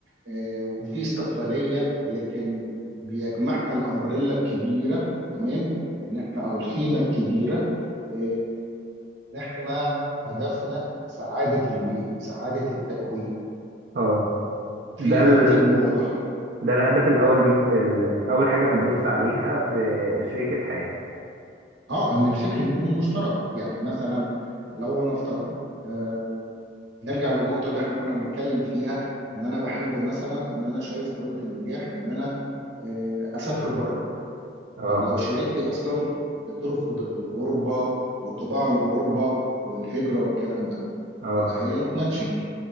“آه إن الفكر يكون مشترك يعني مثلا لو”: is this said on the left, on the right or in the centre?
Right